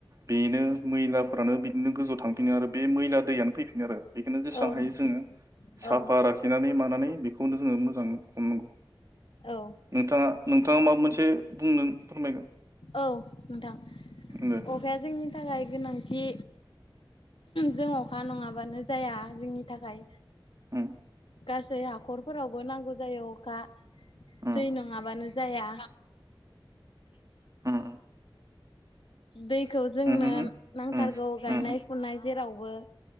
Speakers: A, on the right (about 40°); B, on the left (about 75°).
A: बेनो मैलाफोरानो बिदिनो गोजौआव थांफिनो आरो बे मैला दैयानो फैफिनो आरो। बेखोनो जेसेबां
B: औ
A: हायो
B: नोंथां
A: जोङो साफा
B: औ
A: लाखिनानै मानानै बेखौनो जोङो मोजां नंगौ।
B: औ
A: नोंथाङा थ माबा मोन से बुंनो
B: औ नोंथां।
A: दे
B: अखाया जोंनि थाखाय गोनांथि जों अ खा नङाबानो जाया। जोंनि थाखाय।
A: उम
B: गासै हाखरफोरावबो नांगौ जायो अखा
A: उम
B: दै नङाबानो जाया।
A: उम
B: दैखौ जोंनो
A: उम
B: नांथारगौ
A: उम
B: गायनाय
A: उम उम
B: फुनाय जेराव बो।